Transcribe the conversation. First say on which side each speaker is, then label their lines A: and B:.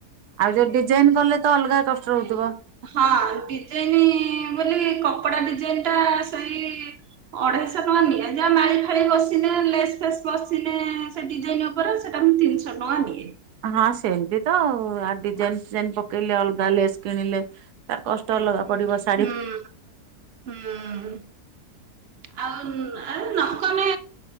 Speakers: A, on the right; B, on the right.
A: ଆଉ ଯୋଉି ଡିଜାଇନ୍ କଲେ ତ ଅଲଗା କଷ୍ଟ ରହୁଥିବ?
B: ହଁ ଡିଜାଇନ୍ ବୋଲି କପଡା ଡିଜାଇନ୍ ଟା ସେଇ ଅଢେଇଶହ ଟଙ୍କା ନିଏ ଜା ମାଳି ଫାଳି ବସିନେ ଲେସ ଫେସ୍ ବସିନେ। ସେ ଡିଜାଇନ୍ ଉପରେ ସେଇଟା ମୁଁ ତିନିଶହ ଟଙ୍କା ନିଏ।
A: ହଁ ସେମିତି ତ ଆଉ ଡିଜାଇନ୍ ଫିଜାଇନ୍ ପକେଇଲେ ଅଲଗା ଲେସ୍ କିଣିଲେ। ତା କଷ୍ଟ ଅଲଗା
B: ହୁଁ
A: ପଡିବ। ଶାଢୀ,
B: ହୁଁ ହୁଁ।
A: ହ <unintelligible>
B: ଆଉ ଏଁ ନକନେ